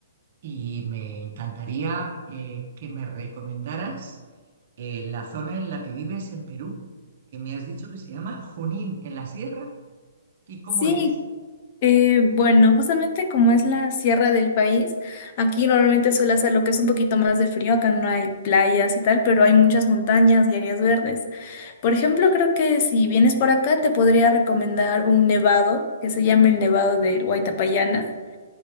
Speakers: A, on the right; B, on the left.
A: Y me encantaría eh, que me recomendaras eh, la zona en la que vives en Perú, que me has dicho que se llama Junín, en la sierra. ¿Y cómo
B: Sí,
A: es?
B: eh, bueno, justamente como es la sierra del país, aquí normalmente suele hacer lo que es un poquito más de frío, acá no hay playas y tal, pero hay muchas montañas y áreas verdes. Por ejemplo, creo que si vienes por acá te podría recomendar un nevado que se llama el Nevado del Huaytapallana.